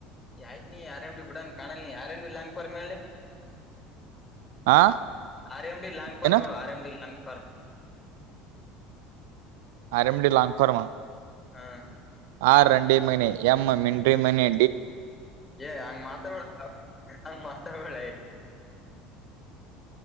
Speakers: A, on the left; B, on the right.
A: ಯ ಆಯಿತತ್ ನೀ ಆರೆ ಎಂಡಡಿ ಬಡಾಂಗ ಕಾಾನಲ್ ನೀ ಆರೆ ಎಣಬೀ ಲಾಂಂಗ ಪ ಮಳೆ
B: ಹಾ
A: ಆರ್ ಎಮ ಡಿ ಲಾಂಗಫಾರ
B: ಏನ
A: ಮ R M D long form
B: RMD ಲಾಂಗಕುರಮ
A: ಹಾ
B: ಆರ್ ರಂಡಿಮಣಿ ಎಂ್ ಮಿನ್ರಿಮಣಿ
A: ಏ ಹಂಗ ಮಾತಾ ಹಂಗ ಮಾತಾಬಳ